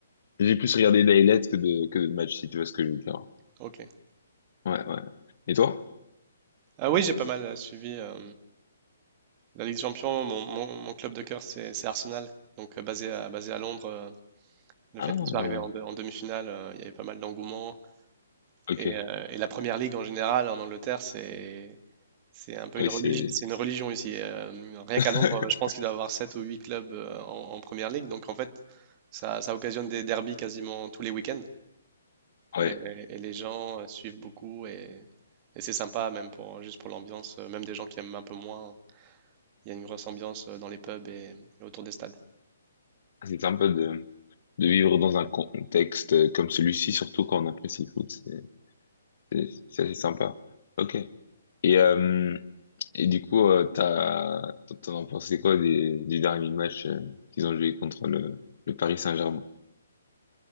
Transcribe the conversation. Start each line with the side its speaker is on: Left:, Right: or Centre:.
Left: j'ai plus regardé d'highlights que de que de matchs, si tu vois ce que je veux dire.
Right: Ok.
Left: Ouais, ouais. Et toi?
Right: Ah oui, j'ai pas mal euh, suivi euh, la Ligue des Champions. Mon, mon- mon club de cœur, c'est c'est Arsenal. Donc, euh, basé à, basé à Londres, euh, le
Left: Ah,
Right: fait qu'ils soient arrivés en, de- en demi-finale, euh, il y avait pas mal d'engouement.
Left: ok.
Right: Et, euh, et la Première Ligue, en général, en Angleterre, c'est c'est un peu
Left: Oui,
Right: une religion,
Left: c'est,
Right: c'est une religion ici. Euh, rien
Left: <laughs>
Right: qu'à Londres, euh, je pense qu'il doit y avoir 7 ou 8 clubs euh, en, en Première Ligue. Donc, en fait, ça, ça occasionne des derbies quasiment tous les week-ends.
Left: ouais,
Right: Et, et les gens euh, suivent beaucoup. Et, et c'est sympa, même pour, juste pour l'ambiance, euh, même des gens qui aiment un peu moins. il y a une grosse ambiance euh, dans les pubs et, et autour des stades.
Left: c'est sympa de de vivre dans un contexte euh, comme celui-ci, surtout quand on apprécie le foot. C'est c'est c'est assez sympa. Ok. Et euh, et du coup, euh, t'as t'en t'en as pensé quoi des du dernier match euh, qu'ils ont joué contre le le Paris Saint-Germain?